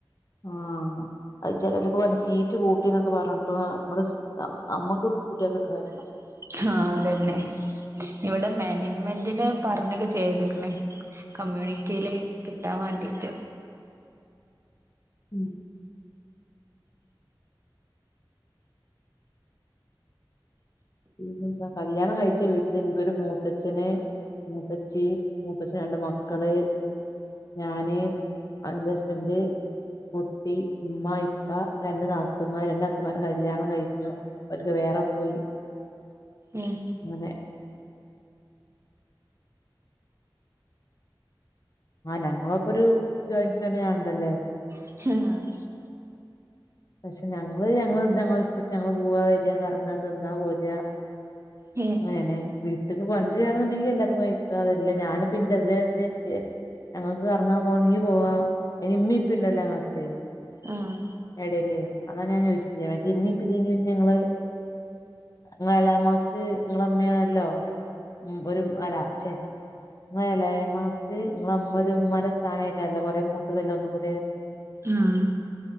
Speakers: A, on the left (about 45°); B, on the right (about 35°).
A: ആഹ് അത് ചെലരൊക്കെ പറഞ് സീറ്റ് കൂട്ടിന്നൊക്കെപറഞ്ട്ടും അപ്പടെ ദ അമ്മക്കു കുട്ട്യാക്ക് ണാര്യാ
B: <inaudible> ആഹതെന്നെ ഇവടെ മാനേജ്മെന്റിന് പറഞ്ഞൊക്കെ ചെയ്ത്ക്ക്ണ് കമ്മ്യൂണിറ്റീല് കിട്ടാവാണ്ടീട്ട്.
A: ഉംമ് ന്നെന്താ കല്യാണം കഴിച്ച വീട്ടില് നിക്കൊരു മൂത്തച്ഛന് മൂത്തച്ചി മൂത്തച്ചന് രണ്ട് മക്കള് ഞാന് അഞ്ചസ്മെന്റ് കുട്ടി ഇമ്മ ഇപ്പ രണ്ട് നാത്തൂമാര് രണ്ടാക്കും വേറെ കല്യാണം കൈഞ്ഞു ഓര്ക്കെവേറെ പോയി
B: ഉം
A: അങ്ങനെ മാ നങ്ങളപ്പൊരു ജോയിൻ ഫാമിലി ആണല്ലോലെ
B: <unintelligible>
A: പക്ഷെ ഞങ്ങള് ഞങ്ങളത്ങ്ങളെ ഇഷ്ടത്തിന് നങ്ങള് പൂവാ വരാ കറങ്ങാ തിന്നാ പോരാ
B: ഹേ..
A: ങ്ങനെ വീട്ട്ക്ക് കൊണ്ട്രാണ്ന്ന്ണ്ടെല് എല്ലാർക്കും കഴിക്കാ അതല്ല ഇതിന്റെ അസായ്സിന്റെ ഞങ്ങക്ക് കറങ്ങാൻ പോണെങ്കി പോവാ അയ്ന് ഇമ്മി ഇപ്പണ്ടല്ലോ ഞങ്ങക്ക്
B: ആഹ്.
A: എടേല് അതാഞാ ചോദിച്ചത് മറ്റേ <unintelligible> ഇപ്പല്ലെങ്കില് ഞങ്ങള് ങ്ങെളാമ്മാക്ക് ഇങ്ങളെമ്മേണല്ലോ ഉം ഒരു അല ചെ ഇങ്ങെലാമ്മാക്ക് ഇങ്ങള്മ്മരു ഇമ്മാന്റ സ്ഥാനായ്ക്കാരല്ലോ കൊറേ മൂത്തതല്ലേ ഒന്നുകൂടെ
B: ആഹ്